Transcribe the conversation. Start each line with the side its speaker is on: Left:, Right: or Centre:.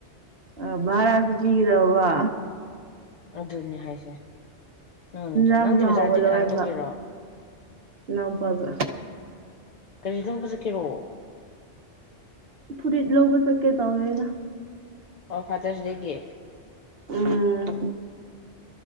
Right: ꯑ ꯚꯥꯔꯁꯨ ꯇꯤꯒꯗ ꯋꯥ
Left: ꯑꯙꯨꯔꯅꯤ ꯍꯥꯏꯁꯦ ꯅꯪꯗ
Right: ꯂꯝꯝ
Left: ꯅꯪꯗꯤ
Right: ꯂ
Left: ꯕꯖꯥꯔꯗꯤ
Right: ꯍꯒꯣꯂꯣ
Left: ꯀꯅꯥꯒ
Right: ꯍꯥꯏꯕ
Left: ꯊꯣꯛꯀꯦꯔꯣ
Right: ꯂꯝꯄꯒ
Left: ꯀꯔꯤ ꯊꯣꯛꯄ ꯆꯠꯀꯦꯔꯣ
Right: ꯐꯨꯔꯤꯠ ꯂꯧꯕ ꯆꯠꯀꯦ ꯇꯧꯋꯦꯅ
Left: ꯑꯣ ꯐꯗꯁꯗꯒꯤ
Right: ꯎꯝ